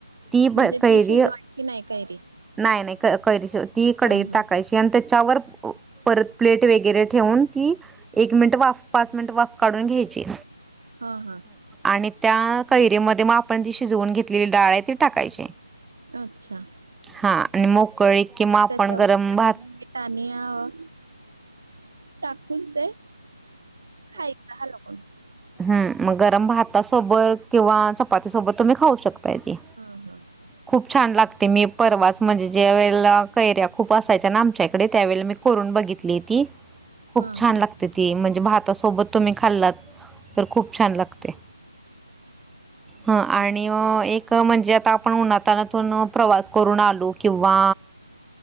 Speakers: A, in the centre; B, on the right (about 55°).
A: ती ब
B: म्हणजे
A: कैरी
B: ती शिजवायची नाही कैरी
A: नाही नाही कैरी ती कढईत
B: हा हा
A: टाकायची आणि त्याच्यावर परत प्लेट वगैरे ठेवून ती एक मिनिट वाफ पाच मिनिट वाफ काढून घ्याय ची
B: हा हा
A: आणि त्या कैरीमध्ये मग आपण शिजवून घेतलेली डाळ ते टाकायचे
B: अच्छा
A: हा आणि मग मोकळी कि आपण
B: त्याच्यावर
A: गरम भात
B: मिठ आणि अ टाकून ते खायच हालवून.
A: हम मग गरम भातासोबत किंवा चपातीसोबत तुम्ही खाऊ शकता. ते
B: हा हा
A: खूप छान लागते मी परवाच म्हणजे ज्या वेळेला कैर्या खूप असायच्या ना आमच्या इकडे त्या वेळेळा मी करून बघित ली ती खूप
B: हा
A: छान
B: हा
A: लागते ती म्हणजे भातासोबत तुम्ही खाल्लात. तर खूप छान लागते.
B: अच्छा
A: ह आणि एक म्हणजे आता आपण उन्हा तान्हातून प्रवास करून आलो किंवा